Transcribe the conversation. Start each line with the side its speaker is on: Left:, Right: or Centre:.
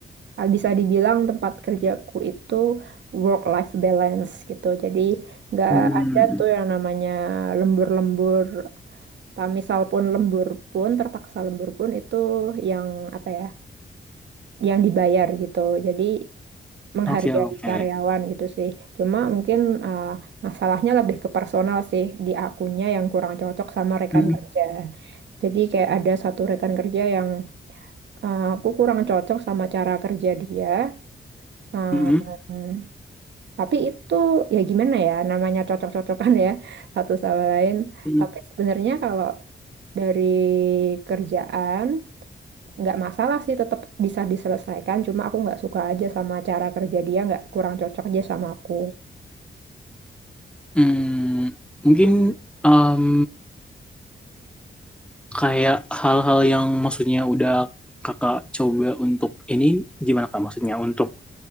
Right: eh, bisa dibilang tempat kerjaku itu work-life balance gitu. Jadi nggak
Centre: Hmm,
Right: ada tuh yang namanya lembur-lembur. Tak misal pun lembur pun, terpaksa lembur pun itu yang apa ya, yang dibayar gitu. Jadi menghargai
Centre: oke oke.
Right: karyawan gitu sih. Cuma mungkin eh, masalahnya lebih ke personal sih di akunya yang kurang cocok sama rekan
Centre: Hmm,
Right: kerja. Jadi kayak ada satu rekan kerja yang Eh, aku kurang cocok sama cara kerja dia. Em,
Centre: hmm,
Right: tapi itu ya gimana ya, namanya cocok-cocokan ya satu sama lain.
Centre: hmm.
Right: Tapi sebenarnya kalau dari kerjaan nggak masalah sih, tetap bisa diselesaikan. Cuma aku nggak suka aja sama cara kerja dia, nggak kurang cocok aja sama aku.
Centre: Hmm, mungkin em, kayak hal-hal yang maksudnya udah kakak coba untuk ini gimana kak? Maksudnya untuk